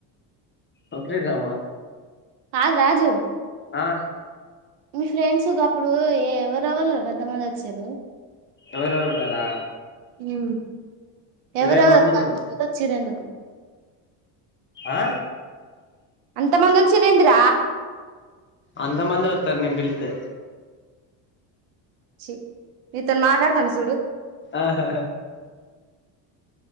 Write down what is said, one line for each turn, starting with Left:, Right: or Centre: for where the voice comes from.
Left: ఒకటె డ్రమ్మా
Right: కాదు రాజు
Left: ఆ
Right: మీ ఫ్రెండ్స్ ఒకప్పుడు ఎవరు ఎవలురా గంతమంది అచ్చిర్రు?
Left: ఎవరెవరు ఉన్నారా
Right: ఉమ్ ఎవరెవరు
Left: ఇరవై మంది ఉన్నారు
Right: వచ్చిరు ఎందుకు
Left: ఆ
Right: అంతమంది వచ్చిరేంద్ర?
Left: అంతమందే వత్తరు నేను పిలిత్తే
Right: చి నితోనీ మాట్లాడతాన్న సూడు.
Left: ఆహా